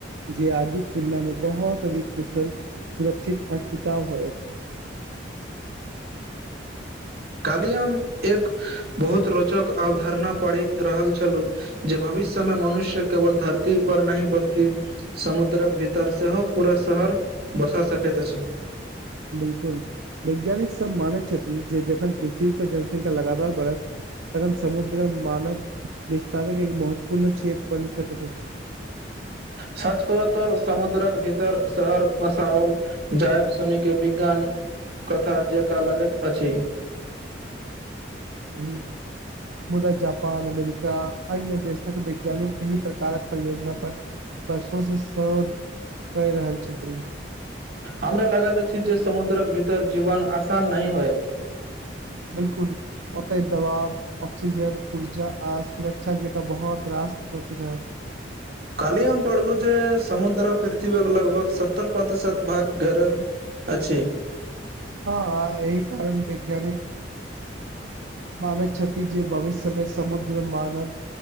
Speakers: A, on the right; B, on the right.
A: जे आजुक तुलना मे बहुत अधिक कुशल सुरक्षित आर टिकाउ होयत‌‌। <inaudible>
B: कालि हम एक बहुत रोचक अवधारणा पढ़ि रहल छलहुँ जे। भविष्यमे मनुष्य केवल धरती पर नहिँ बल्कि समुद्रक भीतर सेहो पूरा स घर बसा सकैत अछि।
A: बिलकुल वैज्ञानिक सब मानैत छथि जे जखन पृथ्वी पर जनसंख्या लगातार बढ़त तखन समुद्र मे मानव विस्तारक एक महत्वपूर्ण क्षेत्र बनि सकैत अछि।
B: सच कह तऽ समुद्रक भीतर शहर बसाओल जायब सुनी के विज्ञान कथा जेकाँ लगैत अछि।
A: ई <inaudible> मुदा जापान अमेरिका अन्य देशक वैज्ञानिक एहि प्रकारक परियोजना पर। बर्षों से शोध कए रहल छथिन।
B: हमरा लागत अछि जे समुद्रक भीतर जीवन आसान नहि होयत‌।
A: बिलकुल ओतय दबाव ऑक्सीजन ऊर्जा आ सुरक्षा जेकाँ बहुत रहा कष्ट भऽ के रहत।
B: काली हम पढ़लु जे समुद्र पिर्थवीक लगभग सत्तर प्रतिशत भाग घेरल अछि
A: हँ आइ एहि। कारण वैज्ञानिक मानैत छथि जे भविष्यमे समुद्र मानव